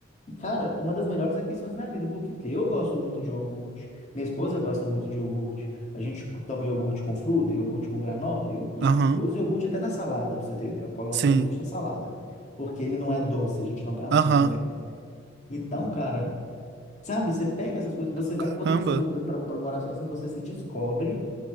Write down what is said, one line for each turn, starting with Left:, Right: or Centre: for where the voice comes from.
Left: E, cara, uma das melhores aquisições da minha vida. Por quê? Porque eu gosto muito de iogurte. Minha esposa gosta muito de iogurte. A gente toma iogurte com fruta, iogurte com granola, iogurte.
Right: Aham,
Left: Eu uso iogurte até na salada, pra você ter ideia. Eu coloco
Right: sim.
Left: iogurte na salada. Porque ele não é doce, a gente não põe açúcar
Right: Aham,
Left: nele. Então, cara, sabe, você pega essas coisas, você vai,
Right: caramba.
Left: quando você muda para morar sozinho, você se descobre.